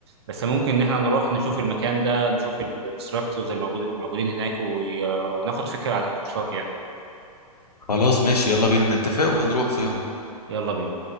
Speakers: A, on the right; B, on the left.
A: بس ممكن ان احنا نروح نشوف المكان ده نشوف الانستراكتورز الموجود- الموجودين هناك و- آه، وناخد فكره عن الكورسات يعني
B: خلاص ماشي يلا بينا نتفق ونروح في يوم
A: يلا بينا